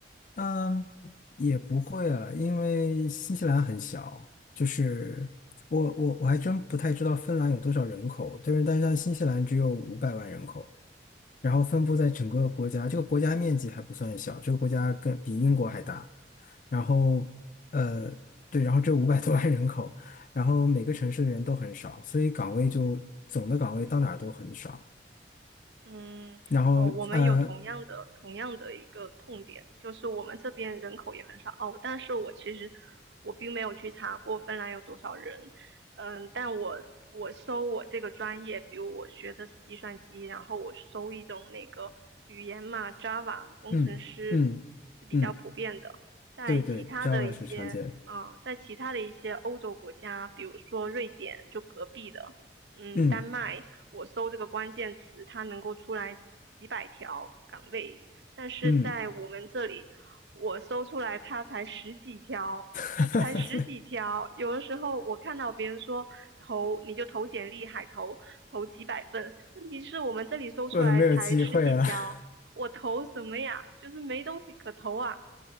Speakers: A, on the left; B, on the right.
A: 嗯，也不会啊，因为新西兰很小，就是我我我还真不太知道芬兰有多少人口，但是但是像新西兰只有五百万人口，然后分布在整个国家，这个国家面积还不算小，这个国家更比英国还大，然后呃对，然后这五百多万人口，然后每个城市的人都很少，所以岗位就总的岗位到哪儿都很少，
B: 嗯，
A: 然后呃
B: 哦，我们有同样的同样的一个痛点，就是我们这边人口也很少哦，但是我其实我并没有去查过芬兰有多少人，嗯，但我我搜我这个专业，比如我学的是计算机，然后我搜一种那个语言嘛，Java 工程师是比较普遍的，
A: 嗯嗯嗯，
B: 在其他的一些，
A: 对对，Java 是常见的。
B: 嗯，在其他的一些欧洲国家，比如说瑞典，就隔壁的，嗯，
A: 嗯。
B: 丹麦。我搜这个关键词，它能够出来几百条岗位，但是在我们这里，
A: 嗯，
B: 我搜出来它才十几条，
A: <laughs>
B: 它才十几条。有的时候我看到别人说投，你就投简历，海投，投几百份，问题是我们这里搜出来才十几条，
A: 我都没有机会了。<laughs>
B: 我投什么呀？就是没东西可投啊。